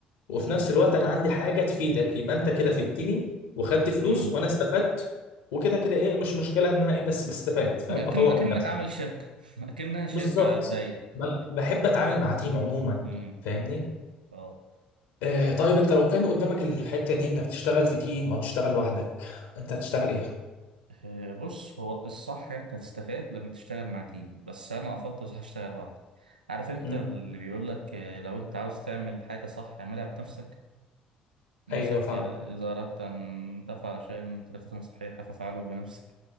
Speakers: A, on the left; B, on the right.
A: وفي
B: بالظبط
A: نفس الوقت انا عندي
B: آه.
A: حاجه تفيدك يبقى انت
B: بالظبط
A: كده فدتني
B: آه.
A: وخدت فلوس
B: أمم.
A: وانا استفدت وكده كده ايه مش مشكله ان انا ايه بس بستفاد فاهم
B: أكن
A: بطور
B: أكنك
A: من نفسي
B: عامل شركة <laughs> أكنها شركة
A: بالظبط
B: على الضيق
A: ب- بحب اتعامل مع تيم
B: مهم.
A: عموما
B: أمم.
A: فاهمني
B: اه
A: آه طيب انت لو كان قدامك الحته دي انك تشتغل في تيم او تشتغل لوحدك انت هتشتغل ايه
B: آه، بص هو الصح أنت تستفاد لما تشتغل مع تيم بس أنا أفضل أروح أشتغل لوحدي عارف أنت
A: امم
B: اللي بيقول لك آه، لو أنت عاوز تعمل حاجة صح اعملها بنفسك مثل
A: ايوه فاهمك
B: كده إذا أردت أن تفعل شيئا بطريقة صحيحة فافعله بنفسك